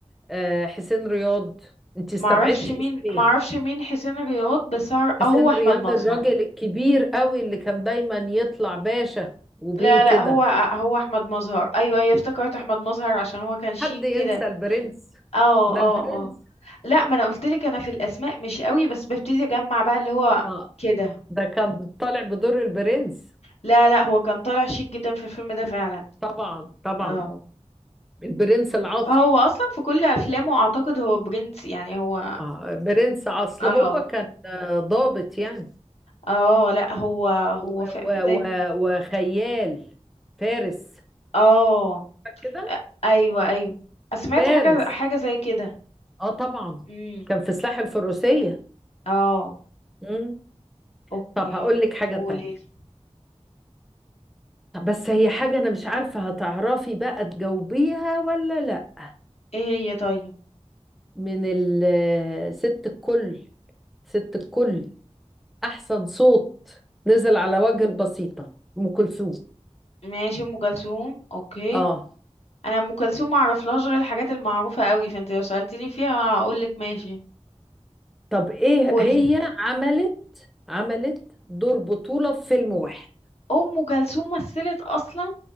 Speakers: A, in the centre; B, on the left (about 65°).
A: آه حسين رياض انت استبعدتي
B: معرفش مين
A: اسمين
B: معرفش مين حسين الرياض بس أعر-
A: حسين
B: آه، هو
A: رياض
B: احمد مظهر
A: الراجل الكبير قوي اللي كان دايما يطلع باشا وبيه
B: لا لا
A: كده
B: هو هو احمد مظهر ايوه ايوه افتكرت احمد مظهر عشان هو كان شيك
A: حد ينسى
B: كده
A: البرنس
B: اه
A: ده
B: اه
A: البرنس
B: اه لا ما انا قلت لك انا في الاسماء مش قوي بس ببتدي اجمع بقى اللي هو
A: اه
B: كده
A: ده كان طالع بدور البرنس
B: لا لا هو كان طالع شيك جدا في الفيلم ده فعلا
A: طبعا طبعا
B: اه
A: البرنس العاطل
B: هو اصلا في كل افلامه اعتقد هو برنس يعني هو
A: اه برنس اصل
B: اه
A: هو كان آه، ضابط يعني
B: اه لا هو هو
A: و
B: في
A: و
B: دايما
A: و وخيال فارس
B: اه
A: كده
B: ايوه ايوه سمعت
A: فارس
B: حاجه حاجه زي كده
A: اه طبعا
B: امم
A: كان في سلاح الفروسية
B: اه
A: مم.
B: اوكي
A: طب هقول لك حاجة
B: قولي
A: تانية
B: لي
A: طب بس هي حاجة أنا مش عارفة هتعرفي بقى تجاوبيها ولا لأ
B: ايه هي طيب
A: من ال- ست الكل ست الكل أحسن صوت نزل على وجه البسيطة أم كلثوم
B: ماشي ام كلثوم اوكي
A: آه
B: انا ام كلثوم ما اعرفلهاش غير الحاجات المعروفه قوي فانت لو سالتني فيها هقول لك ماشي
A: طب إيه
B: قولي
A: هي عملت عملت دور بطولة في فيلم واحد
B: ام كلثوم مثلت اصلا